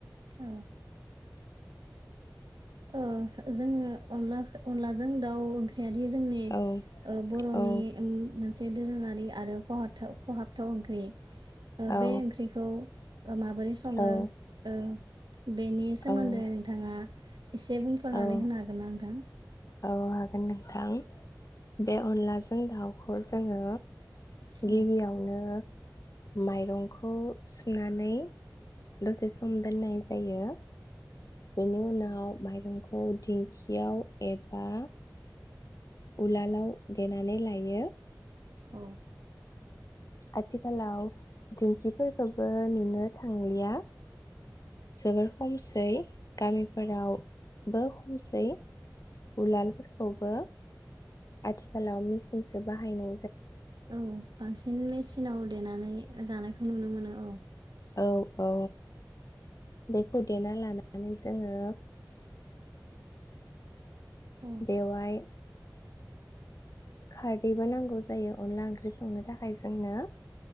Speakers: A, on the right; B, on the left.
A: औ ओ जोङो अनलाख अनलाजों दाउ ओंख्रि यादि जोंनि
B: औ
A: बरनि
B: औ
A: मोनसे दोरोङारि आरो खहाथाव खहाबथाव ओंख्रि ओ
B: औ
A: बे ओंख्रिखौ माबोरै सङो
B: औ
A: ओ? बेनि सोमोन्दै
B: औ
A: नोंथाङा एसे बुंफोरनानै
B: औ
A: होनो हागोन ना नोंथां?
B: औ हागोन नोंथां बे अनलाजों दाउखौ जोंङो
A: औ
B: गिबियावनो माइरंखौ सुनानै दसे सम दोननाय जायो बेनि उनाव माइरंखौ दिंखियाव एबा उलालाव देनानै लायो
A: औ
B: आथिखालाव दिंखिफोरखोबो नुनो थांलिया जोबोर खमस सै गामिफोराव बो खमसै उलालफोरखौबो आथिखालाव मिस सो बाहायनो
A: औ बांसिन मेचिनाव देनानै जानायखौ नुनो मोनो औ
B: औ औ बेखौ देना लानानै जोङो
A: औ
B: बेवाय खारदैबो नांगौ जायो अनला ओंख्रि संनो थाखाय जोंनो